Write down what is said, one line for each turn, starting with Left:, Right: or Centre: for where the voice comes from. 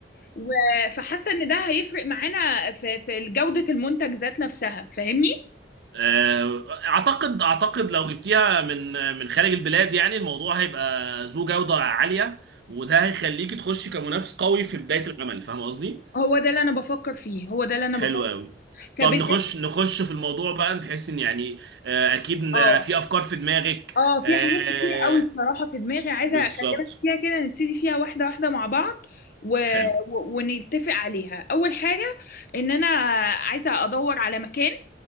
Left: و- فحاسه ان ده هيفرق معانا في في جوده المنتج ذات نفسها فاهمني
Right: آه، اعتقد اعتقد لو جبتيها من من خارج البلاد يعني الموضوع هيبقى ذو جودة عالية وده هيخليكي تخشي كمنافس قوي في بداية العمل فاهم قصدي؟
Left: هو ده اللي انا بفكر فيه هو ده اللي انا
Right: حلو
Left: بفكر
Right: قوي
Left: كبدايه
Right: طب نخش نخش في الموضوع بقى نحس ان يعني آه، اكيد إن
Left: اه
Right: في افكار في دماغك
Left: اه في
Right: آه،
Left: حاجات كتير قوي بصراحه في دماغي عايزه
Right: بالظبط
Left: اكلمك فيها كده نبتدي فيها واحده واحده مع بعض و...
Right: حلو
Left: و... ونتفق عليها اول حاجه ان انا عايزه ادور على مكان